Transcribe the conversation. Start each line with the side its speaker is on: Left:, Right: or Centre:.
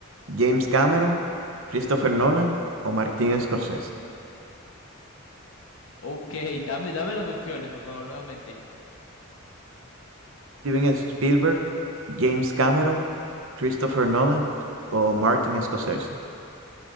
Right: James Cameron, Christopher Nolan o Martin Scorsese?
Left: Ok, <laughs> dame, dame las opciones, por favor, nuevamente.
Right: Steven Spielberg, James Cameron, Christopher Nolan o Martin Scorsese.